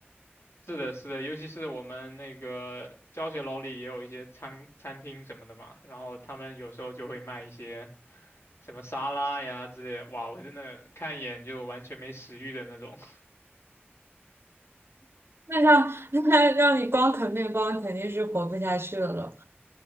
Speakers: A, on the left; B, on the right.
A: 是的，是的，尤其是我们那个教学楼里也有一些餐餐厅什么的嘛，然后他们有时候就会卖一些什么沙拉呀之类的哇，我真的看一眼就完全没食欲的那种。<laughs>
B: 那像 <laughs> 那让你光啃面包，肯定是活不下去了